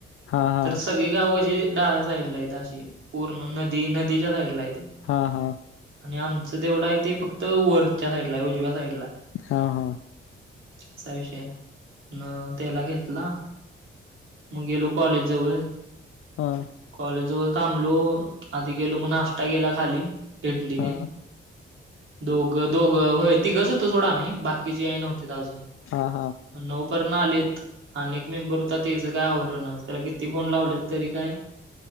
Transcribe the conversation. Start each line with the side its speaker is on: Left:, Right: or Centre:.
Left: हा हा
Right: तर स सगळी गाव कशी डाव्या साईड ला हेत, अशी पूर्ण नदी नदीच्या साईड ला आहेेते.
Left: हा हा!
Right: आणि आमचं तेवढं आहे ते फक्त वरच्या साईडला आहे उजव्या साईड ला.
Left: हा हा!
Right: असा विषय आहे, नं त्याला घेतला मग गेलो कॉलेजजवळ.
Left: हा!
Right: कॉलेज जवळ थांबलो, आधी गेलो म नाश्ता केला खाली इडली
Left: हा
Right: तेन.
Left: हा
Right: दोघ दोघं होय तीगज होतो सोडं आम्ही, बाकीची नव्हती त अजून.
Left: हा हा!
Right: म नऊं परण आलीत अन येक मेंबर होता तेच काय आवरनाच. त्याला किती फोन लावलेत तरी काय?